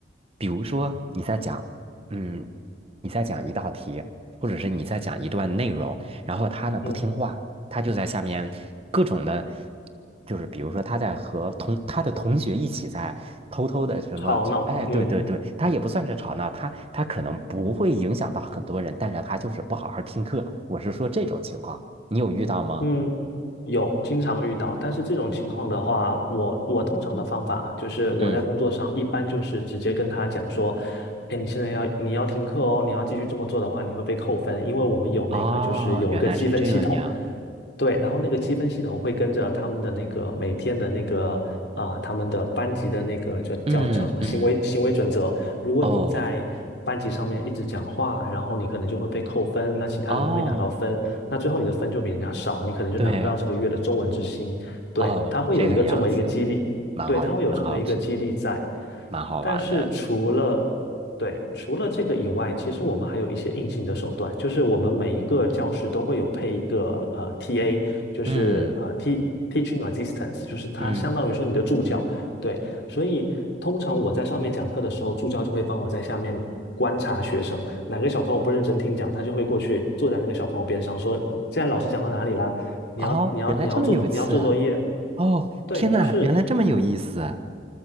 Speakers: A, on the right (about 35°); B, on the left (about 65°).
A: 比如说你在讲，嗯，你在讲一道题，或者是你在讲一段内容，然后他呢不听话，
B: 嗯，
A: 他就在下面各种的，就是比如说他在和同他的同学一起在偷偷的什么，
B: 吵闹，
A: 就哎，
B: 嗯。
A: 对对对，他也不算是吵闹，他他可能不会影响到很多人，但是他就是不好好听课。我是说这种情况，你有遇到吗？
B: 嗯，有经常遇到，但是这种情况的话，我我通常的方法啊就是我在工作上一般就是直接跟他讲说，
A: 嗯，
B: 哎，你现在要你要停课哦，你要继续这么做的话，你会被扣分，因为我们有那个就是有一个积分系统，
A: 哦，原来是这样。
B: 对，然后那个积分系统会跟着他们的那个每天的那个啊、他们的班级的那个叫叫叫什么行为行为准则，
A: 嗯嗯，
B: 如果你在班级上面一直讲话，
A: 哦
B: 然后你可能就会被扣分，那其他人会拿到分。
A: 哦，
B: 那最后你的分就比人家少，你可能就拿不到这个月的中文之星。
A: 对
B: 对，
A: 哦，
B: 它会有一个这么一个激励，
A: 这个样子，蛮好，
B: 对，它会有这么一个激励在。
A: 蛮好，蛮好玩的。
B: 但是除了对，除了这个以外，其实我们还有一些硬性的手段，就是我们每一个教室都会有配一个呃 TA，就是呃
A: 嗯
B: T teaching assistance，就是它相当于说你的助教，
A: 嗯。
B: 对，所以通常我在上面讲课的时候，助教就会帮我在下面观察学生，哪个小朋友不认真听讲，他就会过去坐在那个小朋友边上说：“现在老师讲到哪里啦？你要你要你要做你要做作业。”
A: 哦，原来这么有刺啊！哦，
B: 对，
A: 天呐，
B: 就是
A: 原来这么有意思啊！